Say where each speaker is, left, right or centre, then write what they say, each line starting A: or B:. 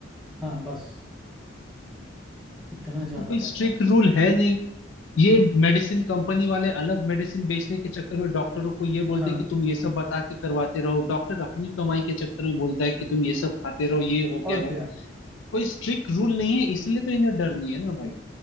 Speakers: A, in the centre; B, on the left.
A: हाँ बस इतना ज्यादा
B: तो कोई स्ट्रिक्ट
A: पैसा
B: रूल है नहीं ये मेडिसिन कंपनी वाले अलग मेडिसिन बेचने के चक्कर में डॉक्टरों को ये बोलते
A: हाँ
B: हैं कि तुम ये सब बता के करवाते रहो डॉक्टर अपनी कमाई के चक्कर में बोलता है कि तुम ये सब खाते रहो ये हो
A: और
B: गया
A: क्या
B: वो कोई स्ट्रिक्ट रूल नहीं है इसलिए तो इन्हें डर नहीं है ना भाई